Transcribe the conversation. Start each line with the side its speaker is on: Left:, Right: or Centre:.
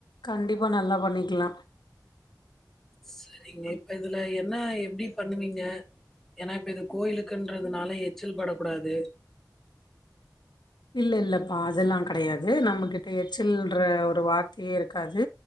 Left: கண்டிப்பா நல்லா பண்ணிக்கலாம்
Centre: செரிங்க இப்ப இதுல என்ன எப்டி பண்ணுவீங்க ஏன்னா இப்ப இது கோயிலுக்குன்றதுனால எச்சில் படக்கூடாது
Left: இல்ல இல்லப்பா அதல்லாம் கடையாது நம்மகிட்ட எச்சல்ன்ற ஒரு வார்த்தயே இருக்காது